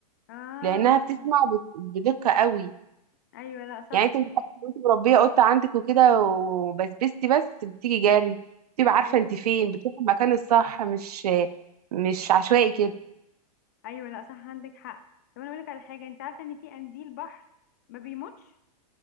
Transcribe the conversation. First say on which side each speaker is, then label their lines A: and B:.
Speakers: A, on the left; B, on the right.
A: اه
B: لأنها بتسمع بت... بدقة قوي
A: ايوه لا صح
B: يعني أنت متخيلة لو أنت مربية قطة عندك وكده وبسبستي بس بتيجي جري بتبقى عارفة
A: ايوه
B: أنت فين بتروحي المكان الصح مش مش عشوائي
A: ايوه لا صح عندك حق طب انا اقول لك على حاجة انت عارفة ان في قنديل بحر ما بيموتش